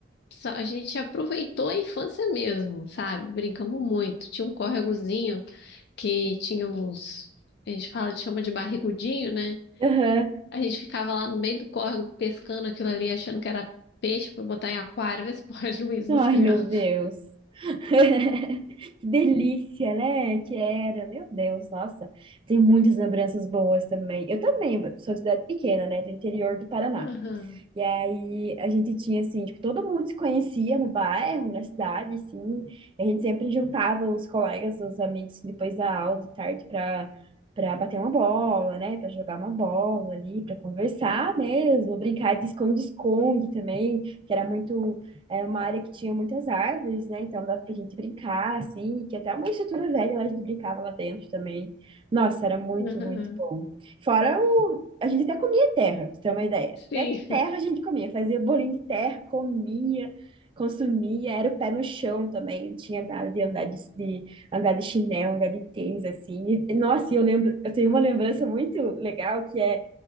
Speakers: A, on the left (about 60°); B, on the right (about 30°).
A: Só- a gente aproveitou a infância mesmo, sabe? Brincamos muito. Tinha um córregozinho que tinha uns, a gente fala, chama de barrigudinho, né?
B: Aham.
A: A gente ficava lá no meio do córrego pescando aquilo ali, achando que era peixe pra botar em aquário, ver se porra <laughs> juízo
B: Ai,
A: das crianças.
B: meu Deus. <laughs> Que delícia, né? Que era, meu Deus, nossa, tem muitas lembranças boas também. Eu também sou de cidade pequena, né? Do interior do Paraná.
A: Aham,
B: E aí a gente tinha assim, tipo, todo mundo se conhecia no bairro, na cidade, assim. a gente sempre juntava os colegas, os amigos assim, depois da aula de tarde para para bater uma bola, né? Para jogar uma bola ali, para conversar mesmo, brincar de esconde-esconde também, que era muito é uma área que tinha muitas árvores, né? Então dava pra gente brincar assim, que até uma estrutura velha lá a gente brincava lá dentro também. Nossa, era muito,
A: aham,
B: muito bom. Fora o a gente até comia terra, pra você ter uma ideia.
A: sim,
B: Até terra a gente comia, fazia bolinho de terra, comia, consumia, era o pé no chão também, não tinha nada de andar de, de andar de chinelo, andar de tênis, assim. E, nossa, e eu lembro, eu tenho uma lembrança muito legal que é